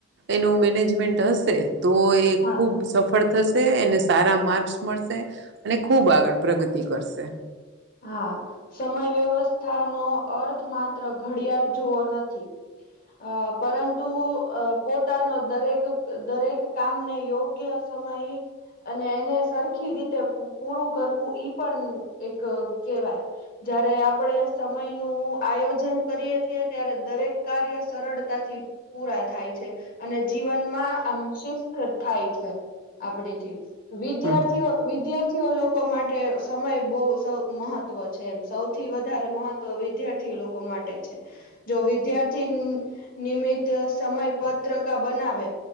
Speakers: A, on the right; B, on the left.
A: એનું મેનેજમેન્ટ હશે તો એ
B: હા
A: ખુબ સફળ થશે એને સારા માર્ક્સ મળશે અને ખૂબ આગળ પ્રગતિ કરશે
B: હા સમય વ્યવસ્થાનો અર્થ માત્ર ઘડિયાળ જોવો નથી અ પરંતુ પોતાનો દરેક દરેક કામને યોગ્ય સમય અને એને સરખી રીતે પૂરું કરવું ઈ પણ એક કહેવાય જયારે આપણે સમય નું આયોજન કરીએ છીએ ત્યારે દરેક કાર્ય સરળતાથી પૂરા થાય છે અને જીવનમાં આમ શિસ્થ થાય છે આપડીથી વિદ્યાર્થીઓ
A: હમ
B: વિદ્યાર્થીઓ લોકો માટે સમય બહું તો મહત્વ છે એમ સૌથી વધારે મહત્વ વિદ્યાર્થી લોકો માટે જ જો વિદ્યાર્થી નિમિત સમય પત્રકા બનાવે